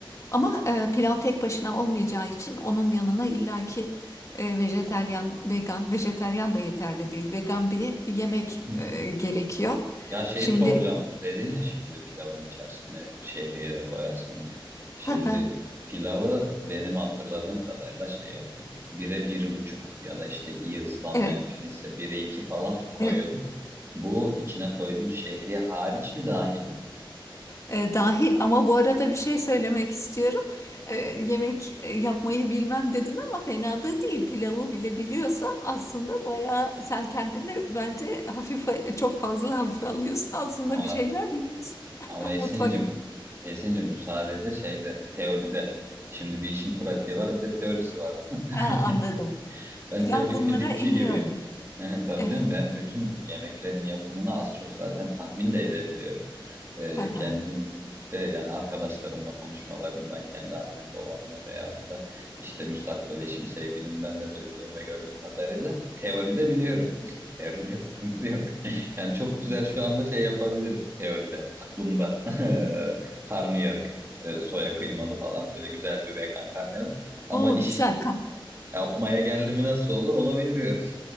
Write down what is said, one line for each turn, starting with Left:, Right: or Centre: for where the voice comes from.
Left: Ama e, pilav tek başına olmayacağı için onun yanına illaki e, vejeteryan, vegan, vejeteryan da yeterli değil. Vegan bir yemek
Right: <laughs>
Left: e, gerekiyor.
Right: Ya şey
Left: Şimdi,
Right: soracağım. Dedin ya şimdi pilavın içerisine şehriye de koyarsan diye. Şimdi
Left: <laughs>
Right: pilavı benim hatırladığım kadarıyla şey yapıyorduk. Bire bir buçuk ya da işte iyi ıslanmayan
Left: evet,
Right: pirinçse bire iki falan su koyuyorduk.
Left: evet.
Right: Bu içine koyduğumuz şehriye hariç mi dahil mi?
Left: E, dahil ama bu arada bir şey söylemek istiyorum. E, yemek e, yapmayı bilmem dedin ama fena da değil. Pilavı bile biliyorsan aslında bayağı sen kendini bence hafife çok fazla hafife alıyorsun. Aslında
Right: Ama
Left: bir şeyler biliyorsun.
Right: ama
Left: <laughs> Mutfak.
Right: Esin'cim Esin'cim bu sadece şeyde teoride. Şimdi bir işin pratiği var bir de teorisi var değil
Left: Ha, anladım.
Right: mi? <laughs> Ben
Left: Pilav
Right: teorik
Left: bunlara
Right: fizikçi
Left: en
Right: gibi.
Left: iyi örnek.
Right: <laughs> Tabii
Left: Evet.
Right: canım ben bütün yemeklerin yapımını az çok zaten tahmin de edebiliyorum. Ee,
Left: <laughs>
Right: kendim de yani arkadaşlarımla konuşmalarından, kendi annem babamla veyahut da işte müstakbel eşim sevgilimden de duyduğum ve gördüğüm kadarıyla teoride biliyorum. <laughs> Teoride sıkıntı yok. <laughs> Yani çok güzel şu anda şey yapabilirim teoride, aklımda. <laughs> Karnıyarık, e, soya kıymalı falan böyle güzel bir vegan karnıyarık. Ama
Left: O
Right: iş
Left: güzel kan.
Right: Yapmaya geldi mi nasıl olur onu bilmiyorum.